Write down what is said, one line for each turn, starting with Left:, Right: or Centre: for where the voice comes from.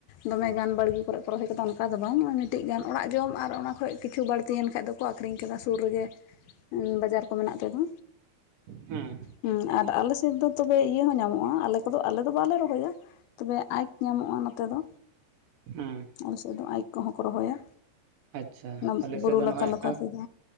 Left: ᱫᱚᱢᱮᱜᱟᱱ ᱵᱟᱲᱜᱮ ᱠᱚᱨᱮᱜ ᱠᱚ ᱨᱚᱦᱚᱭ ᱠᱟᱫᱟ ᱚᱱᱠᱟ ᱫᱚ ᱵᱟᱝ ᱱᱚᱜᱼᱚᱭ ᱢᱤᱫᱴᱤᱡ ᱜᱟᱱ ᱚᱲᱟᱜ ᱡᱚᱢ ᱟᱨ ᱚᱱᱟ ᱠᱷᱚᱡ ᱠᱤᱪᱷᱩ ᱵᱟᱹᱲᱛᱤᱭᱮᱱ ᱠᱷᱟᱡ ᱫᱚᱼᱼ ᱠᱚ ᱟᱹᱠᱷᱨᱤᱧ ᱠᱮᱫᱟ ᱥᱩᱨ ᱨᱮᱜᱮ ᱵᱟᱡᱟᱨ ᱠᱚ ᱢᱮᱱᱟᱜ ᱛᱟᱫᱚᱼᱼ
Right: ᱦᱮᱸ
Left: ᱦᱮᱸ ᱟᱨ ᱟᱞᱮ ᱥᱮᱫ ᱫᱚ ᱛᱚᱵᱮ ᱤᱭᱟᱹ ᱦᱚᱸ ᱧᱟᱢᱚᱜᱼᱟ ᱟᱞᱮ ᱠᱚᱫᱚ ᱟᱞᱮ ᱫᱚ ᱵᱟᱞᱮ ᱨᱚᱦᱚᱭᱟ ᱛᱚᱵᱮ ᱟᱸᱭᱠ ᱧᱟᱢᱚᱜᱼᱟ ᱱᱚᱛᱮ ᱫᱚᱼᱼ
Right: ᱦᱮᱸ
Left: ᱟᱞᱮ ᱥᱮᱫ ᱫᱚ ᱟᱭᱤᱠ ᱠᱚᱦᱚᱸ ᱠᱚ ᱨᱚᱦᱚᱭᱟ
Right: ᱟᱪᱪᱷᱟ
Left: ᱚᱱᱟ
Right: ᱟᱞᱮ
Left: ᱵᱩᱨᱩ
Right: ᱥᱮᱫ ᱫᱚ ᱱᱚᱜᱼᱚᱭ
Left: ᱞᱟᱛᱟᱨ ᱞᱟᱛᱟᱨ
Right: ᱟᱸᱠᱼᱼ
Left: ᱛᱮᱫᱚ